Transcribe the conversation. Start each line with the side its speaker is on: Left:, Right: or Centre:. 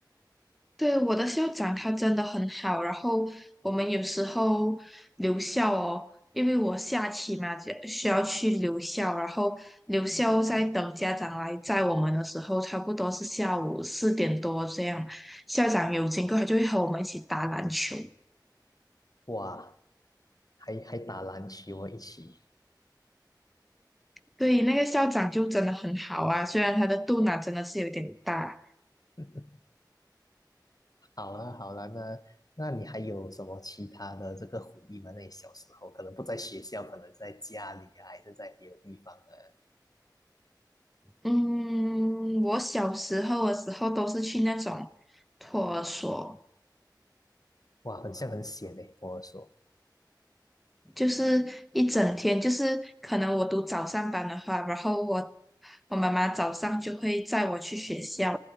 Centre: 对，我的校长他真的很好，然后我们有时候留校哦，因为我下期嘛就需要去留校，然后留校在等家长来载我们的时候，差不多是下午四点多这样，校长有经过，他就会和我们一起打篮球。
Left: 哇，还还打篮球一起，
Centre: 对，那个校长就真的很好啊，虽然他的肚腩真的是有点大。
Left: <laughs> 好了好了，那那你还有什么其他的这个回忆吗？那你小时候可能不在学校，可能在家里啊，还是在别的地方呢？
Centre: 嗯，我小时候的时候都是去那种托儿所。
Left: 哇，很像很险诶，跟我说。
Centre: 就是一整天，就是可能我读早上班的话，然后我我妈妈早上就会载我去学校，